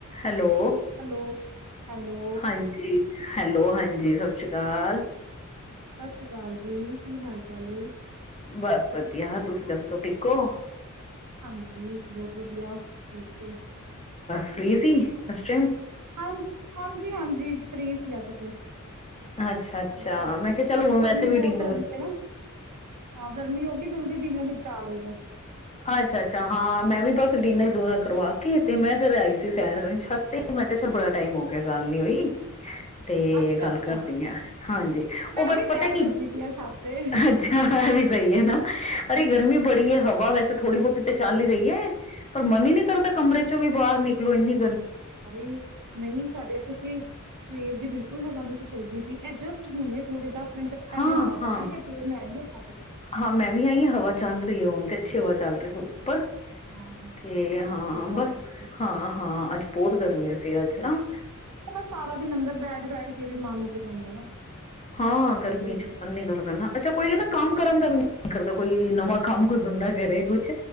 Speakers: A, on the left; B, on the right.
A: Hello,
B: hello hello
A: ਹਾਂਜੀ, hello ਹਾਂਜੀ ਸਤਿ ਸ੍ਰੀ ਅਕਾਲ
B: ਸਤਿ ਸ਼੍ਰੀ ਅਕਾਲ ਜੀ ਕੀ ਹਾਲ ਚਾਲ
A: ਬਸ ਵਧੀਆ ਤੁਸੀਂ ਦੱਸੋ ਠੀਕ ਹੌ
B: ਹਾਂਜੀ ਬਹੁਤ ਵਧੀਆ ਠੀਕ ਹੈ
A: ਫਰੀ ਸੀ ਅਸ ਟਾਈਮ
B: ਹਾਂ ਹਾਂਜੀ ਹਾਂਜੀ ਫਰੀ ਅੱਜ ਤੇ
A: ਅੱਛਾ-ਅੱਛਾ
B: ਬਸ
A: ਮੈਂ ਕਿਹਾ ਚੱਲ ਹੁਣ
B: ਗਰਮੀ
A: ਵੈਸੇ ਵੀ
B: ਬਹੁਤ
A: ਡਿਨਰ
B: ਹੋ ਗਈ ਹੈ ਨਾ ਹਾਂ ਗਰਮੀ ਹੋ ਗਈ ਜਲਦੀ ਦਿਨ ਨਿਪਟਾ ਲਈਦਾ
A: ਅੱਛਾ ਅੱਛਾ ਹਾਂ ਮੈਂ ਵੀ ਬਸ ਡਿਨਰ ਡੂਨਰ ਕਰਵਾ ਕੇ ਤੇ ਮੈਂ ਫੇਰ ਆਈ ਸੀ ਸੈਰ ਛ ਤੇ ਮੈਂ ਕਿਹਾ ਚੱਲ ਬੜਾ ਟਾਈਮ ਹੋ ਗਿਆ ਗੱਲ ਨੀ ਹੋਈ ਤੇ
B: ਅੱਛਾ
A: ਗੱਲ
B: ਅੱਛਾ
A: ਕਰਦੀ ਹ ਹਾਂਜੀ ਉਹ
B: ਮੈਂ
A: ਬਸ
B: ਵੀ
A: ਪਤਾ
B: ਸੈਰ
A: ਕੀ
B: ਕਰਦੀ ਪਈ ਆ ਛੱਤ ਤੇ
A: ਅੱਛਾ ਵੀ ਹੀ ਹੈ ਨਾ ਅਰੇ ਗਰਮੀ ਪੜੀ ਹੈ ਹਵਾ ਵੈਸੇ ਥੋੜੀ ਬਹੁਤੀ ਤੇ ਚੱਲ ਹੀ ਰਹੀ ਹੈ ਪਰ ਮਨ ਹੀ ਨਹੀਂ ਕਰਦਾ ਕਮਰੇ ਚੋਂ ਵੀ ਬਾਹਰ ਨਿਕ ਨਿਕਲੇ ਇਹਨੀ
B: <unintelligible> ਨਹੀਂ ਤੁਹਾਡੇ ਇੱਥੇ ਤੇ ਸਵੇਰ ਦੀ ਬਿਲਕੁਲ ਹਵਾ ਨੀ ਸੀ ਚਲਦੀ ਪਈ ਐਡਜਸਟ ਹੋਣੇ ਥੋੜੇ ਦਸ ਮਿੰਟ ਪਹਿਲੇ
A: ਹਾਂ,
B: ਹਵਾ
A: ਹਾਂ,
B: ਚੱਲੀ ਜੇ ਤੇ ਮੈਂ ਆਈ ਛੱਤ ਤੇ
A: ਹਾਂ ਮੈਂ ਵੀ ਆਈ ਹਵਾ ਚੱਲ ਰਹੀ ਹੈ ਹੁਣ ਤੇ ਅੱਛੀ ਹਵਾ ਚੱਲ ਰਹੇ ਹੋ ਉੱਪਰ
B: ਹਾਂ ਹਾਂ
A: ਤੇ ਹਾਂ
B: ਅੱਛੀ ਹਵਾ
A: ਬਸ
B: ਆ ਰਹੀ ਹੈ
A: ਹਾਂ ਹਾਂ ਅੱਜ ਬਹੁਤ ਗਰਮੀ ਸੀ ਅਜੱ ਨਾ।
B: ਉਹ ਬਸ ਸਾਰਾ ਦਿਨ ਅੰਦਰ ਬੈਠ-ਬੈਠ ਕੇ ਵੀ ਮਨ ਉਬ ਜਾਉਂਦਾ ਹੈ ਨਾ।
A: ਹਾਂ ਗਰਮੀ
B: ਉਹੀ ਹੋ
A: ਚ
B: ਜਾਂਦਾ।
A: ਮਨ ਨੀ ਕਰਦਾ ਨਾ। ਅੱਛਾ ਕੋਈ ਕਹਿੰਦਾ ਕੰਮ ਕਰਨ ਦਾ ਵੀ ਨ ਕਰਦਾ ਕੋਈ ਨਵਾਂ ਕੰਮ ਕੋਈ ਬੰਦਾ ਕਰੇ ਕੁਛ